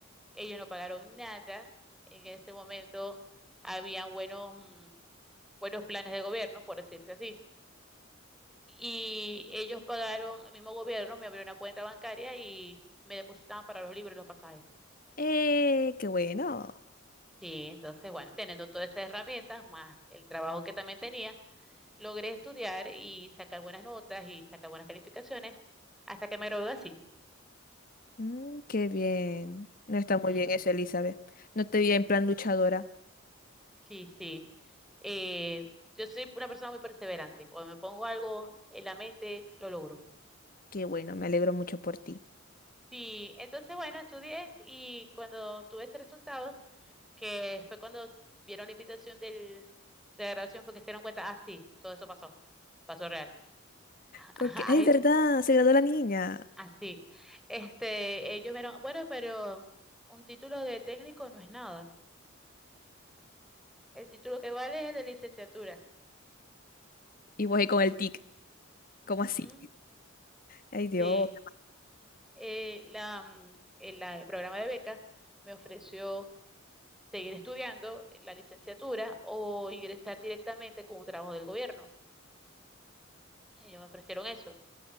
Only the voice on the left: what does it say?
Eh, qué bueno.
Mm, qué bien. No está
muy bien eso, Elizabeth. No te vi en plan luchadora.
Qué bueno, me alegro mucho por ti.
Como
que, ay, verdad, se graduó la niña.
Y voy ahí con el tic. ¿Cómo así?
Ay, Dios.